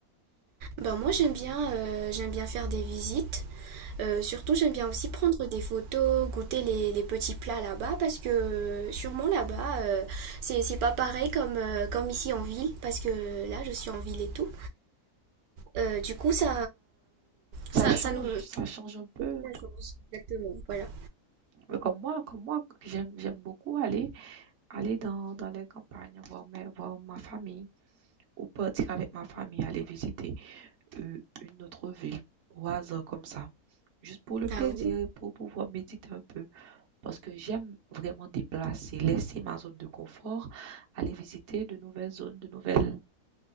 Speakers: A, on the right; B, on the right.
A: Ben moi j'aime bien, euh, j'aime bien faire des visites. Euh, surtout j'aime bien aussi prendre des photos, goûter les, les petits plats là-bas parce que euh, sûrement là-bas euh, c'est, c'est pas pareil comme, euh, comme ici en ville parce que là je suis en ville et tout. Euh, du coup ça,
B: ça
A: ça,
B: change,
A: ça nous...
B: ça change un peu.
A: ça
B: de-
A: change, Exactement, voilà.
B: Mais comme moi, comme moi, j'aime, j'aime beaucoup aller, aller dans, dans les campagnes, voir, mes, voir ma famille, ou partir avec ma famille, aller visiter euh, une autre ville, au hasard comme ça, juste pour le plaisir
A: Ah oui.
B: et pour pouvoir méditer un peu. Parce que j'aime vraiment déplacer, laisser ma zone de confort, aller visiter de nouvelles zones, de nouvelles